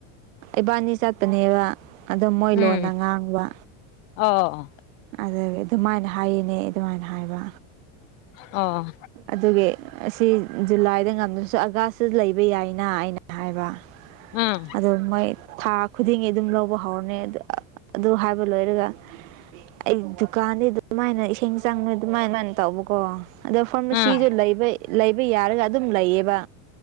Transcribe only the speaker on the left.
ꯎꯝ
ꯑꯣ
ꯑꯣ
ꯎꯝ
ꯎꯝ